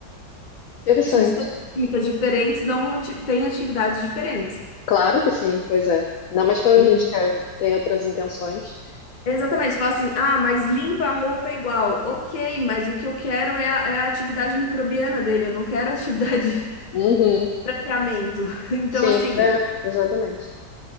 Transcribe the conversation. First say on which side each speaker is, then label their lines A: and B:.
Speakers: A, on the left (about 65°); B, on the left (about 35°).
A: Interessante.
B: Substâncias químicas diferentes dão ati- têm atividades diferentes.
A: Claro que sim, pois é. Ainda mais quando
B: E-
A: a gente quer, tem outras intenções.
B: Exatamente, você fala assim, ah, mas limpa a roupa é igual. Ok, mas o que eu quero é a, é a atividade microbiana dele, eu não quero a atividade
A: Uhum.
B: <laughs> branqueamento. <laughs> Então,
A: Sim,
B: assim,
A: é, exatamente.